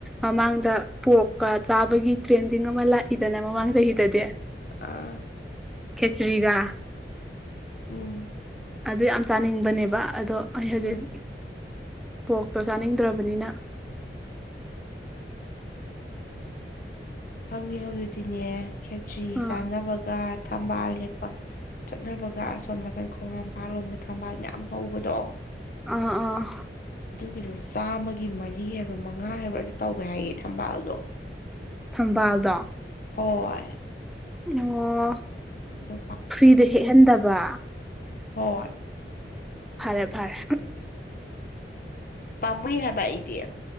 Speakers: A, in the centre; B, on the left.
A: ꯃꯃꯥꯡꯗ ꯄꯣꯔꯣꯛꯀ ꯆꯥꯕꯒꯤ ꯇ꯭ꯔꯦꯟꯗꯤꯡ ꯑꯃ ꯂꯥꯛꯏꯗꯅ ꯃꯃꯥꯡ ꯆꯍꯤꯗꯗꯤ
B: ꯑꯥ
A: ꯈꯦꯆꯔꯤꯒ
B: ꯎꯝ
A: ꯑꯗꯨ ꯌꯥꯝ ꯆꯥꯅꯤꯡꯕꯅꯦꯕ ꯑꯗꯣ ꯑꯩ ꯍꯧꯖꯤꯛ
B: ꯑꯥ
A: ꯄꯣꯛꯇꯣ ꯆꯥꯅꯤꯡꯗ꯭ꯔꯕꯅꯤꯅ
B: ꯈꯪꯗꯦ ꯍꯧꯖꯤꯛꯇꯤꯅꯦ ꯈꯦꯇ꯭ꯔꯤ
A: ꯑꯥ
B: ꯆꯥꯟꯅꯕꯒ ꯊꯝꯕꯥꯜ ꯍꯦꯛꯄ ꯆꯠꯅꯕꯒ ꯑꯁꯣꯝ ꯅꯥꯀꯩꯅꯣ ꯈꯣꯡꯝꯄꯥꯜ ꯂꯣꯝꯗ ꯊꯝꯕꯥꯜ ꯃꯌꯥꯝ ꯍꯧꯕꯗꯣ
A: ꯑꯥ ꯑꯥ
B: ꯑꯗꯨꯗꯣ ꯆꯥꯝꯃꯒꯤ ꯃꯔꯤ ꯍꯥꯏꯕ꯭ꯔ ꯃꯉꯥ ꯍꯥꯏꯕ꯭ꯔ ꯑꯗꯨ ꯇꯧꯕ ꯌꯥꯏꯌꯦ ꯊꯝꯕꯥꯜꯗꯣ
A: ꯊꯝꯕꯥꯜꯗꯣ
B: ꯍꯣꯏ
A: ꯑꯣ
B: ꯑꯗꯣ
A: ꯐ꯭ꯔꯤꯗ ꯍꯦꯛꯍꯟꯗꯕ
B: ꯍ
A: ꯐꯔꯦ ꯐꯔꯦ
B: ꯄꯝꯏꯍꯦꯕ ꯏꯗꯦ